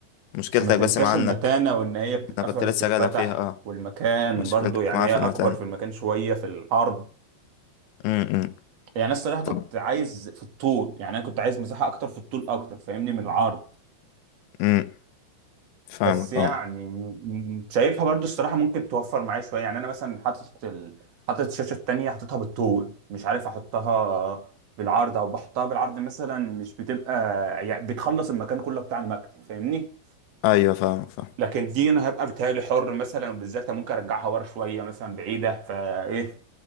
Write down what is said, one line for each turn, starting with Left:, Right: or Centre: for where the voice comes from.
Left: مشكلتك
Right: بس ما تنساش
Left: بس مع انك
Right: المتانه وان هي بتتقفل
Left: انا كنت لسه
Right: وبتتفتح
Left: جايلك فيها اه
Right: والمكان
Left: مشكلتك
Right: برضو يعني
Left: معاه
Right: هي
Left: في
Right: اكبر
Left: المتن
Right: في المكان شويه في العرض
Left: امم
Right: يعني انا الصراحه كنت
Left: طب
Right: عايز في الطول يعني انا كنت عايز مساحه اكتر في الطول اكتر فاهمني من العرض
Left: امم فاهمك
Right: بس يعني
Left: اه
Right: م- م- شايفها برضو الصراحه ممكن توفر معايا شويه يعني انا مثلا حاطط ال... حاطط الشاشه التانيه حاططها بالطول مش عارف احطها بالعرض او بحطها بالعرض مثلا مش بتبقى يعني بتخلص المكان كله بتاع المكتب فاهمني
Left: ايوه فاهمك فاهم
Right: لكن دي انا هبقى بتهيألي حر مثلا وبالذات ممكن ارجعها ورا شويه مثلا بعيده فايه